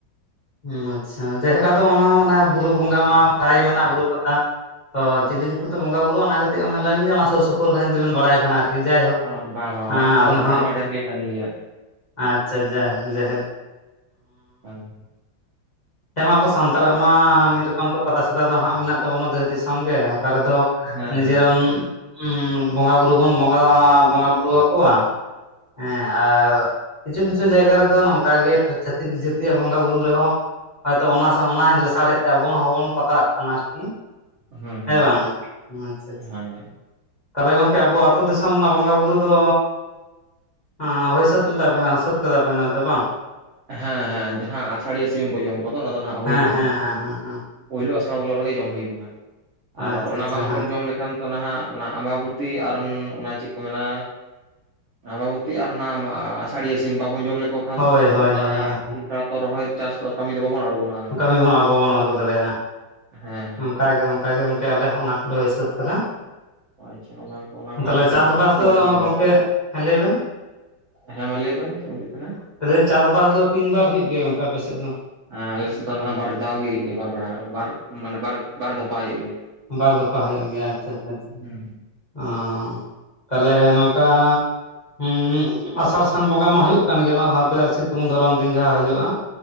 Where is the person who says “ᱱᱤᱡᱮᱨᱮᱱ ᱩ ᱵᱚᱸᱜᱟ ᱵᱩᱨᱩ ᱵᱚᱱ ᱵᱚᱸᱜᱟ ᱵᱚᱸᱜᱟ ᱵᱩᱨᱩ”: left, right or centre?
Left